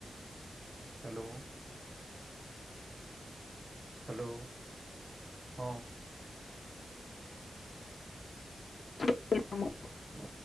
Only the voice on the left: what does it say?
ଟିକେ ଫୁଲ୍ କାମ।